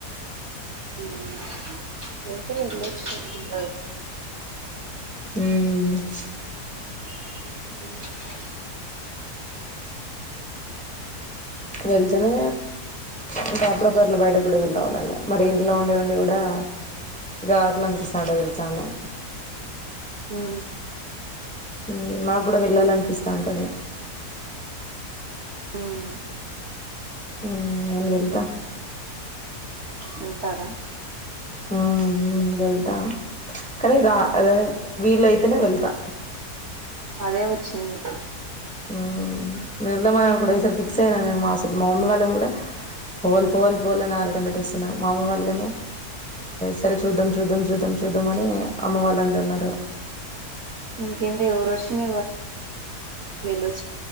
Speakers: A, on the right; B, in the centre.
A: హుమ్మ్ వెళ్తే వెళ్లొచ్చు అందరు
B: హుమ్మ్
A: బ
B: వెళ్తనే అంటే అప్పుడప్పుట్ల బయటక్కూడా వెళ్లి రావాలండి మరి ఇంట్లో ఉండి ఉండి కూడా చిరాకులు అనిపిస్తది ఉంటది తెలుస అండి
A: ఆ
B: హు నాకు కూడా వెళ్ళాలి అనిపిస్తా ఉంటది
A: ఉమ్
B: హు నేను వెళ్తా
A: వెళ్తారా
B: అ మ్మ్మ్మ్ వెళ్తా కానీ రా ఆ వీలైతేనే వెళ్తా
A: అదే వచ్చింది
B: హు మీ వెళ్దామని కూడా ఈసారి ఫిక్స్ అయిన నేను మా అసలు మా మమ్మి వాళ్ళని కూడా పోవాలి పోవాలి పోవాలని ఆరటం పెట్టిస్తున్నా మా అమ్మ వాళ్ళేమో సరే చూద్దాం చూద్దాం చూద్దాం చూద్దాం అని అమ్మ వాళ్ళు అంటున్నారు
A: ఇకెంది ఎవరొచ్చిన <unintelligible>